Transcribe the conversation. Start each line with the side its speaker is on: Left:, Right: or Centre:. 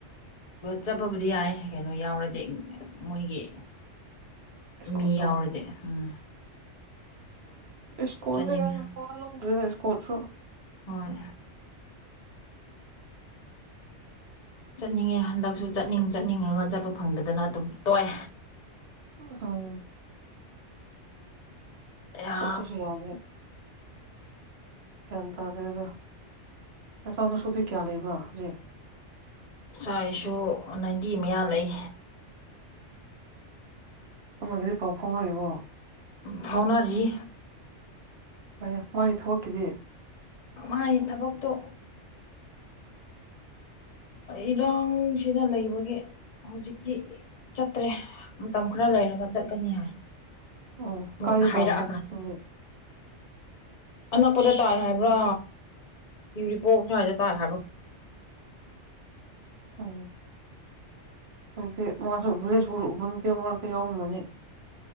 Left: ꯆꯠꯄꯕꯨꯗꯤ ꯌꯥꯏ ꯀꯩꯅꯣ ꯌꯥꯎꯔꯗꯤ ꯃꯣꯏꯒꯤ
Right: ꯏꯁꯀꯣꯔꯠꯇꯣ
Left: ꯃꯤ ꯌꯥꯎꯔꯗꯤ ꯎꯝ
Right: ꯏꯁꯀꯣꯜ
Left: ꯆꯠꯅꯤꯡꯉꯦ
Right: ꯌꯥꯜꯗꯗꯀꯣꯠꯁꯨ
Left: ꯍꯣꯏ ꯆꯠꯅꯤꯡꯉꯦ ꯍꯟꯗꯛꯁꯨ ꯆꯠꯅꯤꯡ ꯆꯠꯅꯤꯡꯉꯒ ꯆꯠꯄ ꯐꯪꯗꯗꯅ ꯑꯗꯨꯝ ꯇꯣꯛꯑꯦ
Right: ꯑ
Left: ꯑꯌꯥ
Right: ꯆ ꯄꯨꯁꯨ ꯌꯥꯒꯦ ꯒ꯭ꯌꯥꯟ ꯇꯥꯗꯦꯗ ꯅꯆꯥꯅꯁꯨꯕꯤ ꯀꯌꯥ ꯂꯩꯕ ꯍꯧꯖꯤꯦ
Left: ꯏꯆꯥ ꯏꯁꯨ ꯅꯥꯏꯟꯇꯤ ꯃꯌꯥ ꯂꯩ
Right: ꯑꯃꯒꯤꯒꯗꯤ ꯄꯥꯎ ꯐꯥꯎꯅꯔꯤꯕꯣ
Left: ꯐꯥꯎꯅꯔꯤ
Right: ꯐꯔ ꯃꯥꯒꯤ ꯊꯕꯛꯀꯤꯗꯤ
Left: ꯃꯥꯥꯏ ꯊꯕꯛꯇꯣ ꯏꯔꯥꯡꯁꯤꯅ ꯂꯩꯕꯒꯤ ꯍꯧꯖꯤꯛꯇꯤ ꯆꯠꯇ꯭ꯔꯦ ꯃꯇꯝ ꯈꯔ ꯂꯩꯔꯒ ꯆꯠꯀꯅꯤ ꯍꯥꯏ
Right: ꯎꯝ
Left: ꯍꯣꯏ
Right: ꯀꯥꯏꯗ
Left: ꯍꯥꯏꯔꯛꯑꯀꯥꯟꯗ
Right: ꯇꯥꯕꯅꯣ ꯑꯣꯄꯣꯔꯆꯨꯅꯤꯇꯤ
Left: ꯑꯅꯛꯄꯗ ꯇꯥꯏ ꯍꯥꯏꯕ꯭ꯔꯥ ꯌꯎꯔꯤꯄꯣꯛ ꯁ꯭ꯋꯥꯏꯗ ꯇꯥꯏ ꯍꯥꯏꯕ꯭ꯔꯥ
Right: ꯑ ꯍꯧꯖꯤꯛꯇꯗꯤ ꯃꯥꯁꯨ ꯚꯤꯂꯦꯖ ꯄꯨꯕ ꯅꯠꯇ ꯃꯔꯛꯇ ꯌꯥꯎꯔꯝꯃꯅꯤ <inaudible>